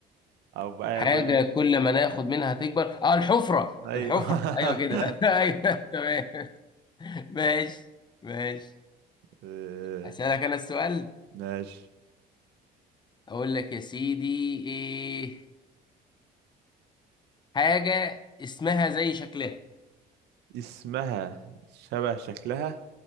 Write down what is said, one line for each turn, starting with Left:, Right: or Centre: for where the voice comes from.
Right: او ب-
Left: حاجة
Right: ب-
Left: كل ما ناخد منها تكبر اه الحفرة
Right: ايوه
Left: الحفرة ايوه كده
Right: <laughs>
Left: <laughs> ايوه تمام <laughs> ماشي ماشي
Right: آه،
Left: هسألك انا السؤال
Right: ماشي
Left: اقول لك يا سيدي ايه حاجة اسمها زي شكلها
Right: اسمها شبه شكلها